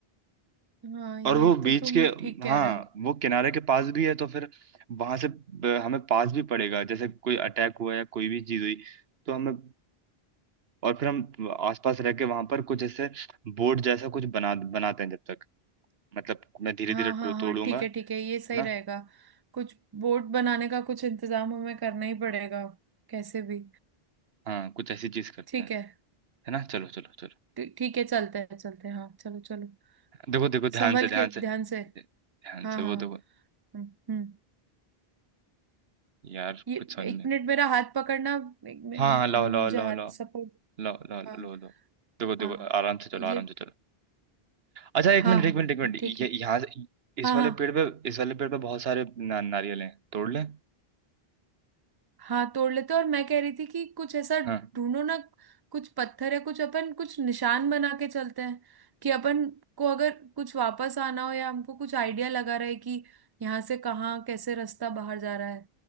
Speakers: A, on the right; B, on the right.
A: हाँ ये
B: और वो
A: तो
B: बीच
A: तुम
B: के
A: ठीक कह
B: हाँ
A: रहे हो
B: वो किनारे के पास भी है तो फिर वहां से ब- हमें पास भी पड़ेगा जैसे कोई अटैक हुआ या कोई भी चीज हुई तो हमें और फिर हम आसपास रह के वहां पर कुछ ऐसे बोर्ड जैसा कुछ बना बनाते हैं जब तक मतलब मैं धीरे
A: हाँ
B: धीरे
A: हाँ
B: तोड़ूंगा
A: हाँ ठीक
B: है
A: है ठीक है ये सही
B: ना
A: रहेगा कुछ बोर्ड बनाने का कुछ इंतजाम हमें करना ही पड़ेगा कैसे भी
B: हाँ कुछ ऐसी चीज करते
A: ठीक
B: हैं
A: है
B: है ना चलो चलो चलो
A: ठी- ठीक है चलते हैं चलते हैं हाँ चलो चलो
B: देखो देखो ध्यान
A: संभल
B: से ध्यान
A: के
B: से
A: ध्यान से
B: ध्यान
A: हाँ
B: से
A: हाँ
B: वो
A: हाँ,
B: देखो
A: हम्म हम्म।
B: यार
A: ये
B: कुछ समझ
A: एक
B: में
A: मिनट मेरा हाथ पकड़ना एक मिनट
B: हाँ हाँ, लाओ लाओ
A: मुझे
B: लाओ
A: हाथ
B: लाओ
A: सपोर्ट
B: लाओ लाओ लाओ
A: हाँ
B: लाओ देखो देखो
A: हाँ
B: आराम से चलो
A: ये
B: आराम से चलो अच्छा एक
A: हाँ
B: मिनट
A: हाँ
B: एक मिनट एक मिनट
A: ठीक
B: ये
A: है
B: यहाँ से- इस
A: हाँ
B: वाले
A: हाँ
B: पेड़ पे इस वाले पेड़ पे बहुत सारे ना, नारियल हैं तोड़ लें
A: हाँ तोड़ लेते हैं। और मैं कह रही थी कि कुछ ऐसा
B: हाँ
A: ढूंढो ना कुछ पत्थर है कुछ अपन कुछ निशान बना के चलते हैं कि अपन को अगर कुछ वापस आना हो या हमको कुछ आइडिया लगा रहे कि यहाँ से कहाँ कैसे रास्ता बाहर जा रहा है